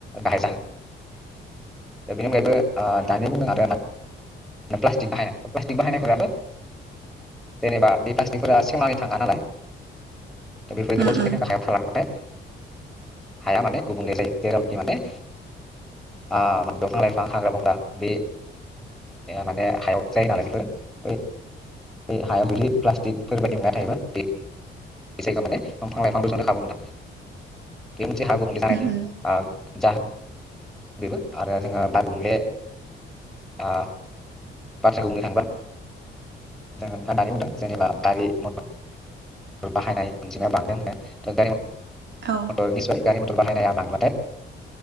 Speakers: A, in the centre; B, on the right.
A: गाहाय जाहोन दा बेनि अनगायैबो आ
B: औ
A: दानि बुंदों आदाया प्लास्टिक बाहायनाय प्लास्टिक बाहायनायफोराबो जेनेबा बे प्लास्टिकफोरा सेवनानै थाङा नालाय दा बेफोर
B: उम
A: गोबाव समनि
B: उम
A: थाखाय हायाव थालांबाथाय हाया माने गुबुंले जायो जेरावनेकि माने आ दंफां लाइफां हाग्रा बंग्रा बे माने हायाव जायो नालाय बेफोर बै बे हायाव जुदि प्लास्टिकफोरबायदि मुवा थायोबा बे बे जायगायाव माने दंफां लाइफांबो जनो खाबु मोना बे मोनसे हा गुबुंले जानायनि
B: उम उम
A: आ जाहोन बेबो आरो जोङो बार गुबुंले आ बाथ्राखौ बुंनो थांबा जोङो नोंथा दानि बुंदों जेनेबा गारि मथर बाहायनाय अनजिमाया बांदों होनो त गारि
B: औ
A: मतर निसाय गारि मथर बाहायनाया बांब्लाथाय